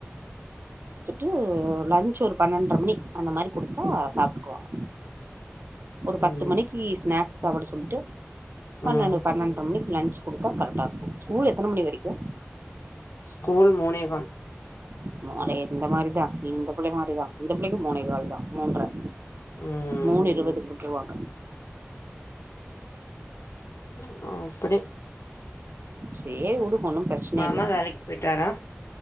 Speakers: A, on the right; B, on the left.
A: டு லன்ச் ஒரு பன்னண்ர மணி அந்த மாரி குடுத்தா சாப்ட்டுக்குவாங் ஒரு
B: ம்.
A: பத்து மணிக்கு ஸ்நாக் ஸ் சாப்ட சொல்ட்டு பன்னண்டு
B: ம்.
A: பன்னண்ர மணி லன்ச்சு குடுத்தா கரெட்டா இருக்கு ஸ்கூல் எத்தன மணி வரைக்கு
B: ஸ்கூல் மூணே கால்
A: <unintelligible> இந்த மாரி தா இந்த பிள்ள மாரி தா இந்த பிள்ளைக்கு மூணே கால் தா மூன்ர
B: ம்
A: மூணு இருவதுக் விட்ருவாங்க
B: ம் அப்படி
A: சேரி உடு ஒன்னு பிரச்சன
B: மாமா
A: இல்ல
B: வேலைக் போயிட்டாரா